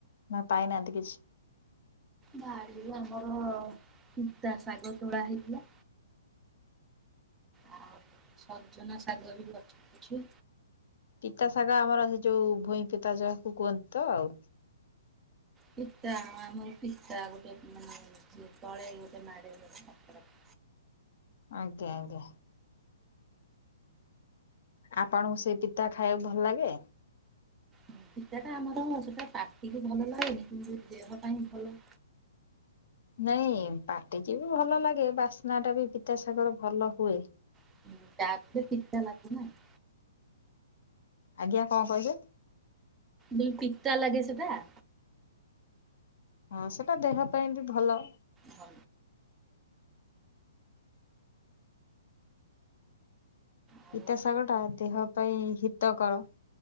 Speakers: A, on the left; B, on the right.
A: ନା ପାଇନାହାଁନ୍ତି କିଛି।
B: ବାଡିରେ ଆମର <unintelligible> ଶାଗ ତୋଳା ହେଇଥିଲା। ଆଉ ସଜନା ଶାଗ ବି ଗଛ ଅଛି।
A: ପିତା ଶାଗ ଆମର ସେ ଯୋଉ ଭୂଇଁ ପିତା ଯାହାକୁ କୁହନ୍ତି ତ ଆଉ।
B: ପିତା ଆମର ପିତା ଗୋଟେ ମାନେ ତଳେ ଗୋଟେ ମାଡେ ଗୋଟେ <unintelligible>
A: ଆଜ୍ଞା ଆଜ୍ଞା। ଆପଣଙ୍କୁ ସେଇ ପିତା ଖାଇବାକୁ ଭଲ ଲାଗେ?
B: ଫି-ଫିତା ଟା ଆମର ସେଟା ପାଟିକୁ ଭଲ ଲାଗେନି କିନ୍ତୁ ଦେହ ପାଇଁ ଭଲ।
A: ନାଇଁ ପାଟିକି ବି ଭଲ ଲାଗେ। ବାସ୍ନା ଟା ବି ପିତା ଶାଗର ଭଲ ହୁଏ।
B: <unintelligible>
A: ଆଜ୍ଞା, କଣ କହିଲେ?
B: ଦୁଇ ପିତା ଲାଗେ ସେଟା?
A: ହଁ, ସେଟା ଦେହ ପାଇଁ ବି ଭଲ।
B: ହଁ ଆଉ
A: ପିତା ଶାଗ ଟା ଦେହ ପାଇଁ ହିତକର।